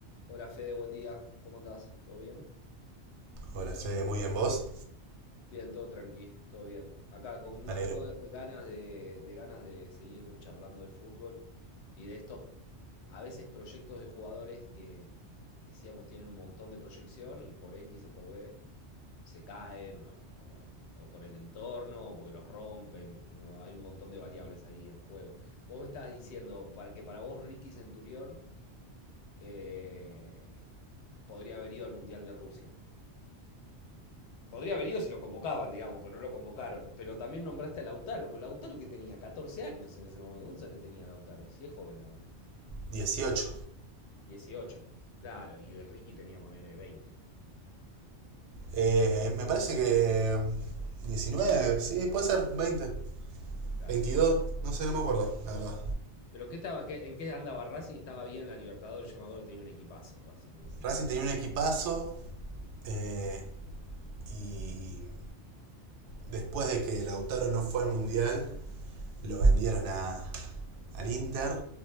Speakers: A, on the left; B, on the right.
A: Hola Fede, buen día. ¿Cómo andás? ¿Todo bien?
B: Hola Fede, muy bien vos.
A: Bien, todo tranqui, todo bien. Acá con un
B: Me alegro.
A: poco de ganas de, de ganas de seguir charlando de fútbol y de estos a veces proyectos de jugadores que decíamos tienen un montón de proyección y por X o por B se caen o, o bueno, o por el entorno o porque los rompen. No, Hay un montón de variables ahí en juego. Vos me estabas diciendo para que para vos Ricky Centurión eh, podría haber ido al Mundial de Rusia. Podría haber ido si lo convocaban, digamos, pero no lo convocaron. Pero también nombraste a Lautaro, pero Lautaro que tenía 14 años en ese momento. ¿Cuántos años tenía Lautaro? Si es joven ahora.
B: 18.
A: 18. Claro, y Ricky tenía, ponerle 20.
B: Eh, me parece que 19. sí, puede ser Veinte.
A: Claro.
B: 22. no sé, no me acuerdo, la verdad.
A: ¿Pero qué estaba, qué- en qué andaba Racing? Estaba bien en la Libertadores. Yo me acuerdo que tenía un equipazo Racing en ese momento.
B: Racing tenía un equipazo eh, y después de que Lautaro no fue al Mundial, lo vendieron a, al Inter